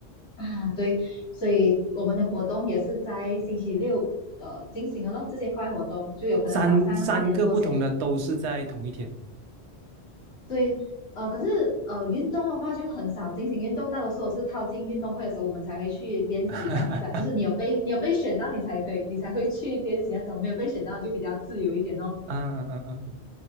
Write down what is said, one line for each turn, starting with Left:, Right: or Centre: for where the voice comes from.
Left: 啊。对，所以我们的活动也是在星期六呃进行的咯，这些课外活动就有可能早上八点多先
Right: 三三个不同的都是在同一天。
Left: 对，呃，可是呃，运动的话就很少进行运动，大多数我是靠近运动会的时候，我们才会去练习这样子啊。
Right: <laughs>
Left: 就是你有被你有被选到，你才可以，你才会去练习那种；没有被选到就比较自由一点哦。
Right: 啊啊啊啊